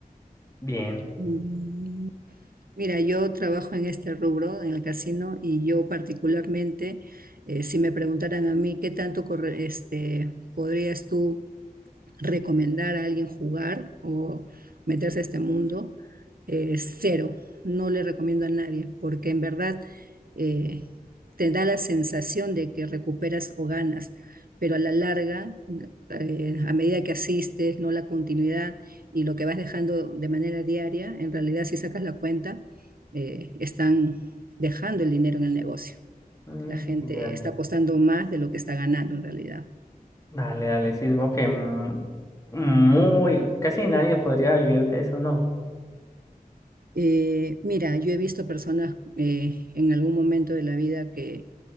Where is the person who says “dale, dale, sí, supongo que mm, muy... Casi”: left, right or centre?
Left